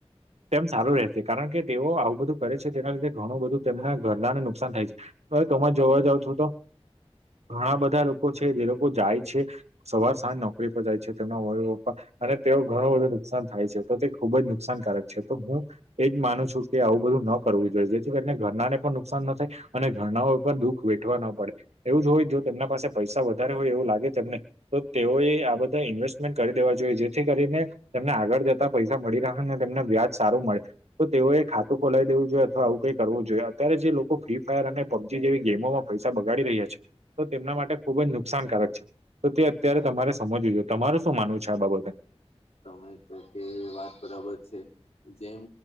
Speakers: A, on the right; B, on the left.
A: તેમ સારું રહેશે કારણ કે તેઓ આવું બધું કરે છે તેના લીધે ઘણું બધું તેમના ઘરનાને નુકસાન થાય છે. હવે તોમાં જોવા જાવ છો તો ઘણા બધા લોકો છે જે લોકો જાય છે. સવાર સાંજ નોકરી પર જાય છે. તેમના મમી પપ્પા અને તેઓ ઘણું બધું નુકસાન થાય છે, તો તે ખુબ જ નુકસાનકારક છે, તો હું એજ માનું છું કે આવું બધું ન કરવું જોઈએ જેથી કરીને ઘરનાને પણ નુકસાન ન થાય અને ઘરનાઓ પણ દુઃખ વેઠવા ન પડે એવું જ હોય જો તેમના પાસે પૈસા વધારે હોય એવું લાગે તેમને તો તેઓએ આ બધા ઇન્વેસ્ટમેન્ટ કરી દેવા જોઈએ જેથી કરીને તેમને આગળ જતા પૈસા મળી રહ્યા ને તેમને વ્યાજ સારું મળે. તો તેઓએ ખાતું ખોલાવી દેવું જોઈએ અથવા આવું કઈ કરવું જોઈએ અત્યારે જે લોકો ફ્રી ફાયર અને જેવી ગેમોમાં પૈસા બગાડી રહ્યા છે તો તેમના માટે ખુબ જ નુકસાનકારક છે તો તે અત્યારે તમારે સમજવું જોએ તમારું શું માનવું છે, આ બાબતે?
B: તમે કે વાત બરાબર છે. જેમ